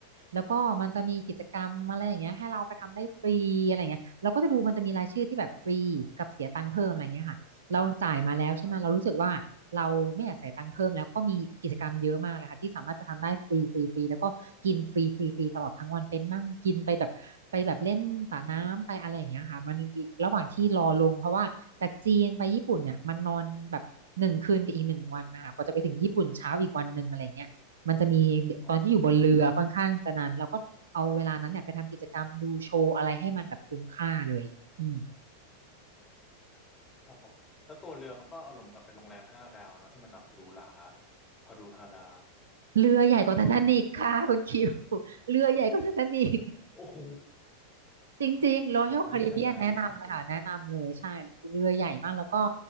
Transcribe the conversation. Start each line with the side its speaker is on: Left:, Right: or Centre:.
Right: แล้วก็มันจะมีกิจกรรมอะไรอย่างเงี้ยให้เราไปทำได้ฟรีอะไรอย่างเงี้ยเราก็จะดูมันจะมีรายชื่อที่แบบฟรีกับเสียตังค์เพิ่มอะไรอย่างเงี้ยค่ะ เราจ่ายมาแล้วใช่ไหมเรารู้สึกว่าเราไม่อยากใส่ยตังค์เพิ่มแล้วก็มีกิจกรรมเยอะมากเลยค่ะที่สามารถไปทำได้ฟรีฟรีฟรีแล้วก็กินฟรีฟรีฟรีตลอดทั้งวันเป็นนั่งกินไปแบบไปแบบเล่นสระน้ำไปอะไรอย่างเงี้ยค่ะมันระหว่างที่รอลงเพราะว่าจากจีนไปญี่ปุ่นเนี่ยมันนอนแบบหนึ่งคืนกับอีกหนึ่งวันนะคะกว่าจะไปถึงญี่ปุ่นเช้าอีกวันหนึ่งอะไรเงี้ยมันจะมีตอนที่อยู่บนเรือค่อนข้างจะนานเราก็เอาเวลานั้นเนี่ยไปทำกิจกรรมดูโชว์อะไรให้มันแบบคุ้มค่าเลยอืม
Left: ครับอ๋อครับผมแล้วตัวเรือมันก็อารมณ์กับเป็นโรงแรมห้าดาวเนาะที่มันแบบหรูหราฮารุฮารา
Right: เรือใหญ่กว่าไททานิคค่ะคุณคิว <laughs> เรือใหญ่กว่าไททานิค
Left: โอ้โห
Right: จริงๆ
Left: <laughs>
Right: Royal
Left: ผมนี่ช่างนาอีฟจริง
Right: Caribbean แนะนำเลยค่ะแนะนำเลยใช่เรือใหญ่มากแล้วก็